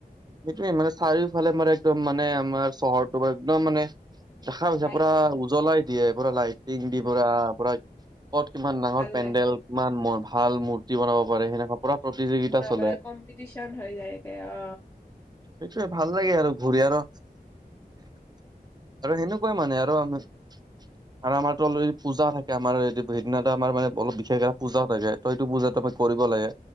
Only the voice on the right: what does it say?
সেইটোৱে মানে চাৰিওফালে মান একদম মানে আমাৰ চহৰটো ম একদম মানে দেখা পাইছ
পুৰা উজ্বলাই দিয়ে পুৰা লাইটিং দি পুৰা
পুৰা ক'ত কিমান ডাঙৰ
পেণ্ডেল
কিমান ভাল মূৰ্তি
বনাব পাৰে সেনেকুৱা পুৰা প্ৰতিযোগিতা
চলে।
সেইটোয়ে ভাল লাগে আৰু ঘূৰি আৰু আৰু সেনেকুৱাই মানে আৰু আমি আৰু আমাৰতো অলৰে পূজা থাকে আমাৰ সেইদিনা আমাৰ মানে অলপ বিশেষ এটা পূজাও থাকে ত সেইটো পূজাতো কৰিব লাগে,